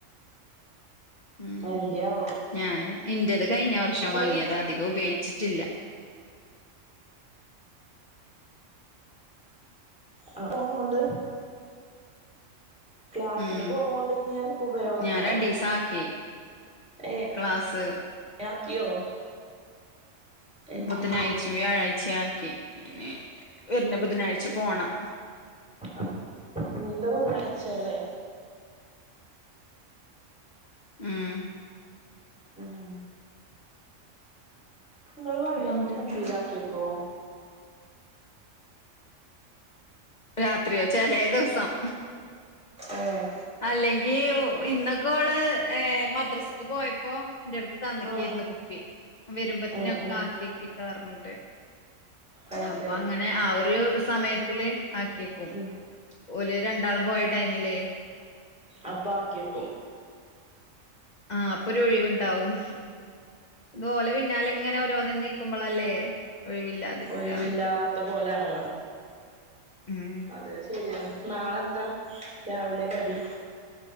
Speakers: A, on the left (about 40°); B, in the centre.
A: ഉം.
B: എന്ത്യാ
A: ഞാന് ഇന്റത് കഴിഞ്ഞ വർഷം വാങ്ങിയത
B: അത്
A: അധികം ഉപയെച്ചിറ്റില്ല
B: ആഹ് പോണോണ്ട് ക്ലാസിന്
A: ഉം
B: പോകോണ്ട് ഇഞ്ഞി അനക്ക് ഉപയോഗം
A: ഞാൻ
B: ഇണ്ടാവും
A: രണ്ടീസം ആക്കി
B: ഏഹ്
A: ക്ലാസ്
B: ആക്കിയോ ഏ
A: ബുധനായ്ച്ചും വ്യാഴായ്ച്ചെ ആ ക്കി ന്നി വര്ന ബുധനായ്ച പോണം
B: ആഹ് ഇനിത്തെ ബുധനായ് ച അല്ലെ
A: മം
B: ഉം നിങ്ങള് വള്ളൊക്കെ
A: പിന്നെന്താ
B: കുപ്പിലാക്കിക്വോ
A: രാത്രിയോ ചെലേദോസം
B: ഏഹ്
A: അല്ലെങ്കി ഇന്നൊക്കെ ഓള് ഏഹ് മദ്രാസക്ക് പോയപ്പോ എന്റെടുത്ത് തന്നെക്യാര്ന്ന്
B: ആഹ്
A: കുപ്പി വരുമ്പത്തിന്ക്കെ
B: ഉം ഉം
A: ആക്യെക്ക്ട്ടോറഞ്ഞിട്ട്
B: അത്
A: അപ്പൊ
B: ശരി
A: അങ്ങനെ ആ ഒരു സമയത്തില് ആക്യെക്കും
B: ഉം
A: ഓല് രണ്ടാളും പോയ ടൈമില്ലേ
B: അപ്പൊ ആക്കിയെക്കും
A: ആഹ് അപ്പൊരു ഒഴിവുണ്ടാവും ഇത് ഓലെ പിന്നാലേ ഇങ്ങനെ ഒ <unintelligible> നിക്കുമ്പളല്ലേ ഒഴിവില്ലാതിരിക്ക
B: ഒയ് വില്ലാത്ത പോലെ ആവ
A: ഉം
B: അത് ശരിയ നാളെന്താ രാവിലെ കടി